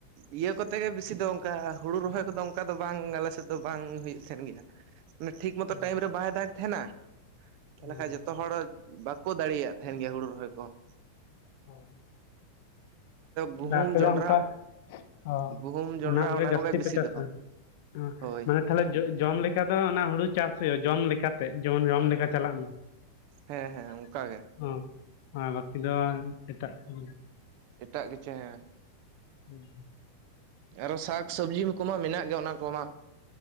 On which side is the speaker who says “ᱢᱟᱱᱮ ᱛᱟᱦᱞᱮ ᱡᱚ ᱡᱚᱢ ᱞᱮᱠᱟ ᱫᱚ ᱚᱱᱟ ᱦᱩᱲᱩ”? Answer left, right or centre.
Left